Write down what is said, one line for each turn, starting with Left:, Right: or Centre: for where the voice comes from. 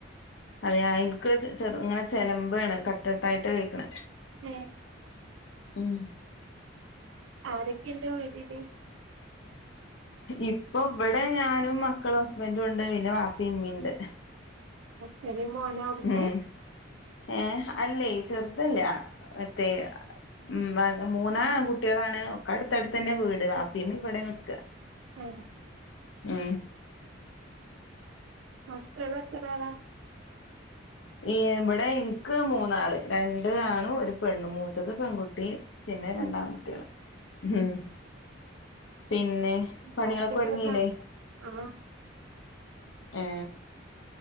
Left: അതെ എനിക്ക് ചെറ് ഇങ്ങനെ ചെലമ്പാണ് കട്ട്ടായിട്ട് കേക്ക്ണെ
Right: <unintelligible>
Left: ഉം
Right: ആരൊക്കെ ഉണ്ട് വീട്ടില്
Left: ഇപ്പൊ ഇവടെ ഞാനും മക്കളും ഹസ്ബൻറും ഉണ്ട് പിന്നെ വാപ്പിം ഇമ്മിണ്ട്
Right: ചെറിയ മോനാ അവിടുത്തെ?
Left: ഉം ഏ അല്ലേ ചെറുതല്ല മറ്റേ ഉം മൂന്നാ ആൺ കുട്ടികളാണ് ഒക്കടുത്ത അടുത്ത തന്നെ വീട്, വപ്പീം ഇമ്മീംഇവടെ നിക്ക
Right: <unintelligible>
Left: ഉ
Right: മക്കള് എത്ര ആളാ?
Left: ഈ ഇപടെ ഇന്ക്ക് മൂന്നാള്, രണ്ട് ആണും, ഒരു പെണ്ണ് മൂത്തത് പെൺകുട്ടി. പിന്നെ രണ്ടാൺകുട്ടികള്,
Right: ഉം
Left: ഉം പിന്നെ പണികളൊക്കെ
Right: ഹസ്ബന്റ്
Left: ഒരുങ്ങിയില്ലേ
Right: <unintelligible> ആ
Left: ഏ